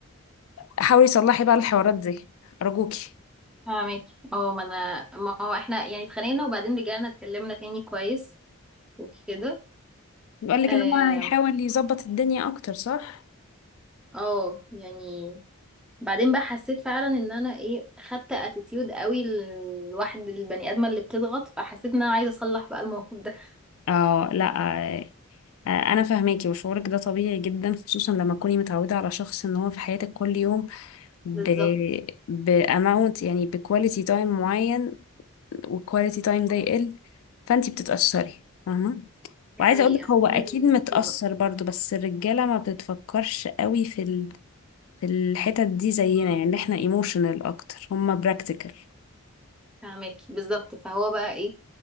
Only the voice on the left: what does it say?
حاولي تصلحي بقى الحوارات دي ارجوكي
بيقول
لك ان هو هيحاول يظبط الدنيا اكتر صح
اه لا آه، آه، انا فاهماكي وشعورك ده طبيعي جدا خصوصا لما تكوني متعوده على شخص ان هو في حياتك كل يوم ب
باماونت يعني بكواليتي تايم معين والكواليتي تايم ده يقل فانتي بتتاثري فاهمه
وعايزه
اقول لك هو اكيد
متاثر
برضو بس الرجاله ما بتفكرش قوي في ال... في الحتت دي زينا
يعني احنا ايموشنال اكتر هما براكتيكال